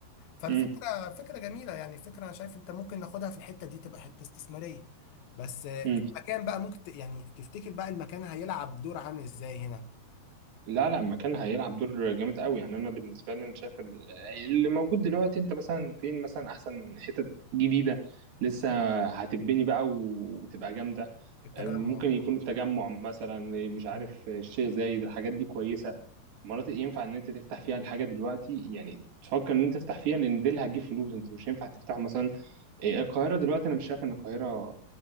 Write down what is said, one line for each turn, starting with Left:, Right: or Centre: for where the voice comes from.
Left: فالفكرة
Right: امم
Left: فكرة جميلة يعني فكرة أنا شايف أنت ممكن ناخدها في الحتة دي تبقى حتة استثمارية بس آه،
Right: امم
Left: المكان بقى ممكن ت- يعني تفتكر بقى المكان هيلعب دور عامل إزاي هنا
Right: لا لا مكان هيلعب دور جامد قوي يعني انا بالنسبه لي انا شايف ال- اللي موجود دلوقتي انت مثلا فين مثلا احسن حتت جديده لسه هتبني بقى وتبقى جامده
Left: في التجمع
Right: ممكن يكون التجمع مثلا مش عارف
Left: مم.
Right: الشيخ زايد الحاجات دي كويسه مناطق ينفع ان انت تفتح فيها الحاجه دلوقتي يعني تفكر ان انت تفتح فيها لان دي اللي هتجيب فلوس انت مش هينفع تفتحه مثلا إيه، القاهره دلوقتي انا مش شايف ان القاهره